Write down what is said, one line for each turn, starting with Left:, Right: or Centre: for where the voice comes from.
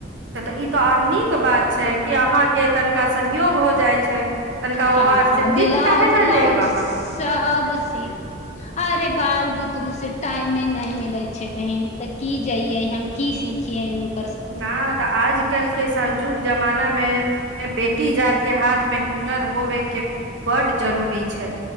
Right: तऽ ई तऽ आओर नीक बात छै, कि अहाँके तनिका सहयोग हो जाइ छै, तनिका
Left: हँ
Right: ओ आर
Left: हँ
Right: से सीख
Left: ब्लाउज
Right: काहे न
Left: उलाउज
Right: लेब अहाँ।
Left: सब सी अरे, बाल बुतरु से टाइमे नय मिले छै बहिन तऽ की जइए हम कि सीखिये ह
Right: न तऽ आज कल के स जुग जमाना मे बेटी जात के हाथ मे हुनर होवेके बड जरूरी छै।